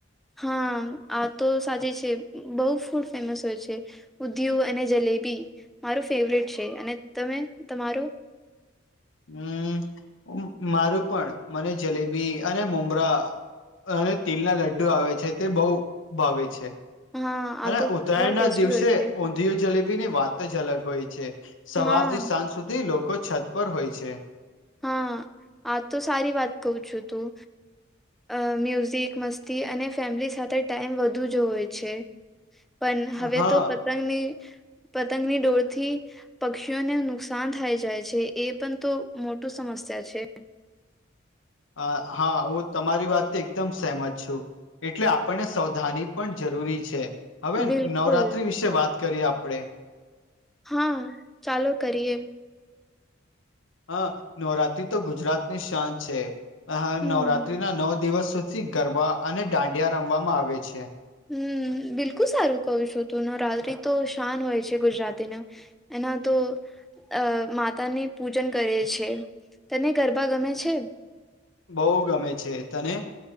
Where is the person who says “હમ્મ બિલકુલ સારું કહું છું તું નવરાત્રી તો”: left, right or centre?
Centre